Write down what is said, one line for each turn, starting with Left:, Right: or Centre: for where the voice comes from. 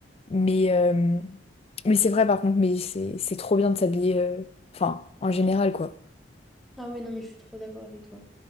Left: Mais, euh, mais c'est vrai, par contre, mais c'est c'est trop bien de s'habiller, euh, enfin, en général, quoi.
Centre: Ah ouais, non, mais je suis trop d'accord avec toi.